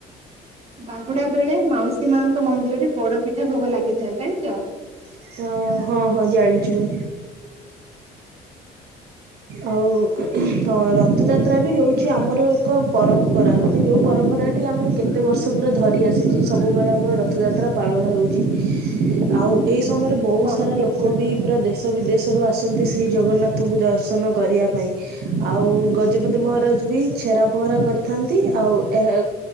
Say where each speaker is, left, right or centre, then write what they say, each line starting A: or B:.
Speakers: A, on the right; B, on the right.
A: ବାହୁଡା ବେଳେ ମାଉସୀ ମାଙ୍କ ମନ୍ଦିରରେ ପୋଡପିଠା ଭୋଗ ଲାଗିଥାଏ ଜାଣିଛ?
B: ଅ ହଁ ହଁ ଜାଣିଛୁ ମୁ। ଆଉ ହ ରଥଯାତ୍ରା ବି ହଉଛି ଆମର ଏକ ପରମ୍ପରା ମାନେ ଯୋଉ ପରମ୍ପରା ସେଠି ଆମର କେତେ ବର୍ଷ ପୁରା ଧରି ଆସିଛି ସବୁବେଳେ ଆମର ରଥଯାତ୍ରା ପାଳନ ହେଉଛି ଆଉ ଏଇ ସମୟରେ ବହୁତ
A: ହଁ
B: ସାରା
A: ଠିକ
B: ଲୋକ
A: କଥା।
B: ବି ପୁରା ଦେ ଦେଶ ବିଦେଶରୁ ଆସନ୍ତି ଶ୍ରୀ ଜଗନ୍ନାଥଙ୍କୁ ଦର୍ଶନ କରିବା ପାଇଁ। ଆଉ ଗଜପତି ମହାରାଜ ବି ଛେରା ଫହଁରା କରିଥାନ୍ତି ଆଉ ଏହା